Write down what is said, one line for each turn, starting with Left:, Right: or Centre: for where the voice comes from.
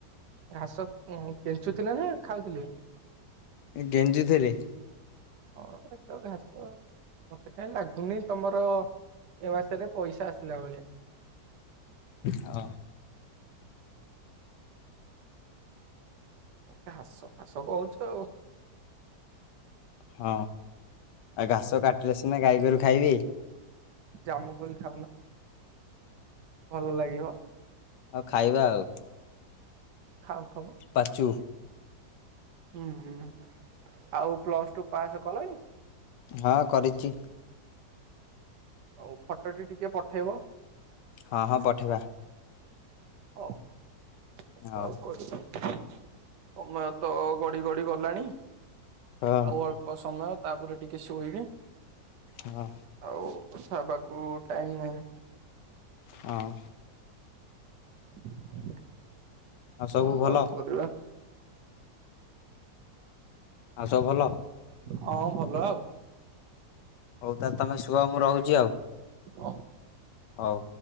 Right: ଘାସ କେଞ୍ଚୁଥିଲେ ନା ଖାଉଥିଲେ?
Left: ଗେଂଜୁଥିଲେ।
Right: ହଁ ଏ ତ ଘାସ ମତେ କାଇଁ ଲାଗୁନି ତମର ଏ ମାସ ରେ ପଇସା ଆସିଲା ଭଳିଆ
Left: ହ।
Right: ଘାସ ଫାସ କହୁଛୁ।
Left: ହଁ ଆ ଘାସ କାଟିଲେ ସିନା ଗାଈଗୋରୁ ଖାଇବେ।
Right: ଜାମୁକୋଳି ଖାଉନ? ଭଲ ଲାଗିବ?
Left: ହଉ ଖାଇବା ଆଉ
Right: ଖାଉଥବ।
Left: ପାଚୁ।
Right: ହୁଁ ହୁଁ ଆଉ ପ୍ଲସ୍ ଟୁ ପାସ୍ କଲଣି?
Left: ହଁ କରିଛି।
Right: ହଉ ଫଟୋଟି ଟିକେ ପଠେଇବ?
Left: ହଁ ହଁ ପଠେଇବା।
Right: ହଉ। ହ
Left: ହଉ
Right: ଆଉ କରିବି ସମୟ ତ ଗଡି ଗଡି ଗଲାଣି। ଆଉ
Left: ହଁ
Right: ଅଳ୍ପ ସମୟ ତାପରେ ଟିକେ ଶୋଇବି।
Left: ହଁ।
Right: ଆଉ କଥା ହେବାକୁ ଟାଇମ୍ ନାହିଁ।
Left: ହଁ।
Right: ହ
Left: ଆଉ ସବୁ
Right: କଣ
Left: ଭଲ
Right: ବା ଆଉ କରିବା?
Left: ଆଉ ସବୁ ଭଲ।
Right: ହଁ ଭଲ ଆଉ
Left: ହଉ ତାହେଲେ ତମେ ଶୁଅ ମୁଁ ରହୁଛି ଆଉ
Right: ହଉ।
Left: ହଉ।